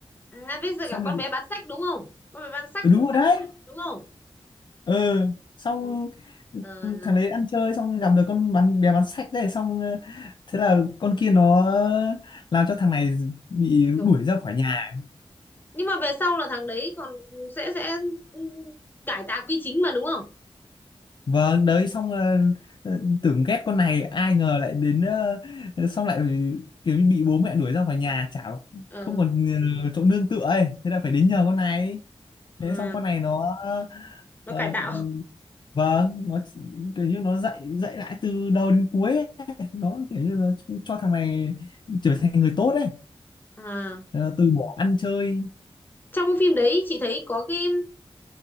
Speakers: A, on the left; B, on the left.
A: À bây giờ
B: xong
A: cả con
B: lại
A: bé bán sách đúng không? Con bé bán sách
B: ừ, đúng rồi
A: tặng
B: đấy
A: khách hàng đúng không?
B: ừ xong
A: Ừ. Ờ,
B: ừ, thằng đấy ăn chơi xong gặp được con bán bé bán sách đấy xong ờ, thế là con kia nó làm cho thằng này bị
A: kiểu-
B: đuổi ra khỏi nhà
A: Nhưng mà về sau là thằng đấy còn sẽ sẽ ừ, cải tạo quy chính mà đúng không?
B: vâng đấy xong ờ, ờ, tưởng ghét con này ai ngờ lại đến ờ, ờ, xong lại kiểu như bị bố mẹ đuổi ra khỏi nhà chả
A: Ờ,
B: không còn ờ, chỗ nương tựa ấy thế là phải đến nhờ con này thế
A: à,
B: xong con này nó
A: nó
B: ờ,
A: cải tạo.
B: vâng nó kiểu như nó dạy dạy lại từ đầu đến cuối ấy. nó kiểu như là cho thằng này trở thành người tốt đấy
A: À,
B: Ờ, từ bỏ ăn chơi
A: trong cái phim đấy chị thấy có cái